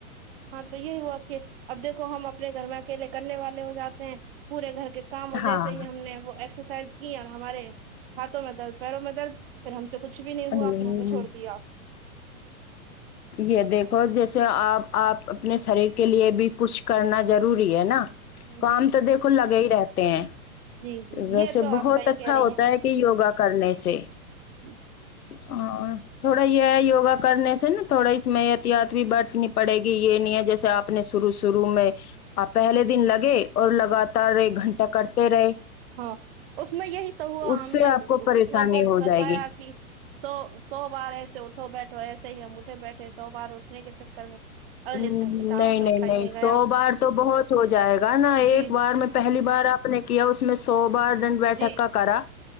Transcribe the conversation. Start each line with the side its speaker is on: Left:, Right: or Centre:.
Right: ہاں تو یہی ہوا ا کہ اب دیکھو ہم اپنے گھر میں اکیلے کرنے والے ہو جاتے ہیں پورے گھر کے کام اور
Left: ہاں
Right: جیسے ہی ہم نے وہ ایکسرسائز کی اور ہمارے ہاں تو میں درد پیرو میں درد پھر ہم سے کچھ بھی نہیں
Left: ہاں
Right: ہوا پھر ہم نے چھوڑ دیا
Left: یہ دیکھو جیسے آپ آپ اپنے شریر کے لیے بھی کچھ کرنا ضروری ہے نا کام
Right: جی
Left: تو دیکھو لگے ہی رہتے ہیں
Right: جی جی
Left: ویسے
Right: یہ تو
Left: بہت
Right: آپ صحیح
Left: اچھا
Right: کہہ رہے
Left: ہوتا
Right: ہیں
Left: ہے کہ یوگا کرنے سے
Right: جی
Left: ہاں تھوڑا یہ ہے یوگا کرنے سے نا تھوڑا اس میں احتیاط بھی برتنی پڑے گی یہ نہیں ہے جیسے آپ اپنے شروع شرو میں آ پہلے دن لگے اور لگاتار ایک گھنٹہ کرتے رہے
Right: ہاں اس میں یہی تو ہوا
Left: اس
Right: ہم
Left: سے
Right: نے
Left: آپ کو پریشانی
Right: اس میں
Left: ہو
Right: بتایا
Left: جائے گی
Right: کہ سو سو بار ایسے اٹھو بیٹھو ایسے ہی ہم اٹھے بیٹھے سو بار اٹھنے کے چکر میں اگلے
Left: ہمم
Right: دن ہم سے کہاں
Left: نہیں
Right: سے
Left: نہیں
Right: اٹھا
Left: نہیں
Right: ہی گیا
Left: سو بار تو بہت ہو جائے گا نا ایک
Right: جی
Left: بار میں پہلی بار آپ نے کیا اس میں سو بار دنڈ بیٹھک
Right: جی
Left: کا کرا